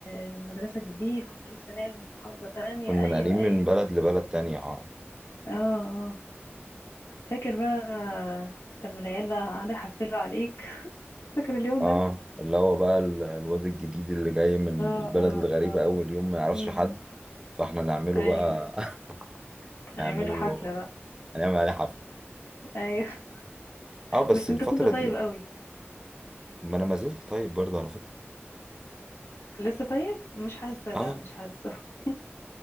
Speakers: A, on the left; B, on the right.
A: المدرسة جديد كنت لسه ناقل من محافظة تانية
B: كنا
A: ايوه
B: ناقلين من
A: ايوه
B: بلد لبلد تانية اه
A: اه اه فاكر بقى آه، لما العيال بقى قاعدة يحفلوا عليك <laughs> فاكر اليوم
B: اه
A: ده
B: اللي هو بقى ال- الواد الجديد اللي جاي من
A: اه
B: البلد
A: اه
B: الغريبة
A: اه
B: اول يوم ما يعرفش
A: امم
B: حد فاحنا نعمله
A: ايوه
B: بقى
A: أيوة.
B: <laughs> نعمله
A: هنعمل له حفلة بقى
B: هنعمل عليه حفلة
A: ايوه
B: اه بس
A: بس
B: الفترة
A: انت كنت طيب
B: دي
A: قوي
B: ما انا ما زلت طيب برضه على فكرة
A: لسه طيب مش حاسه لا
B: اه
A: مش حاسه <laughs>